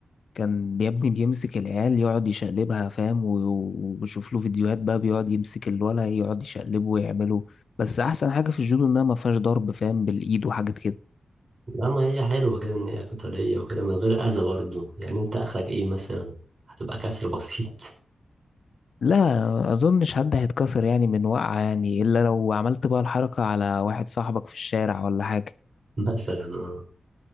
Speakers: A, on the left (about 75°); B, on the right (about 45°).
A: كان يا ابني بيمسك العيال يقعد يشقلبها فاهم و- و- وبشوف له فيديوهات بقى بيقعد يمسك الولا يقعد يشقلبه ويعمله بس احسن حاجة في الجودو انها ما فيهاش ضرب فاهم بالايد وحاجات كده
B: لا ما هي حلوة كده إن هي قتالية وكده من غير أذى برضه يعني أنت آخرك إيه مثلا هتبقى كسر بسيط
A: لا اظنش حد هيتكسر يعني من وقعة يعني الا لو عملت بقى الحركة على واحد صاحبك في الشارع ولا حاجة
B: <laughs> مثلا آه.